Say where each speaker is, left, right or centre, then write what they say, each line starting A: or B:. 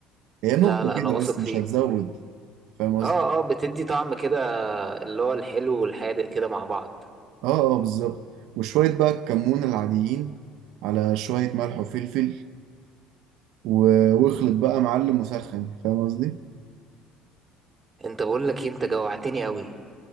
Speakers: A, on the right; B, on the right.
A: هي نقطة
B: لا لا
A: كده
B: انا واثق
A: بس مش
B: فيك
A: هتزود فاهم قصدي؟
B: اه اه بتدي طعم كده اللي هو الحلو والحادق كده مع بعض
A: اه اه بالظبط وشوية بقى الكمون العاديين على شوية ملح وفلفل و- واخلط بقى معلم وسخن فاهم قصدي؟
B: انت بقول لك إيه، انت جوعتني قوي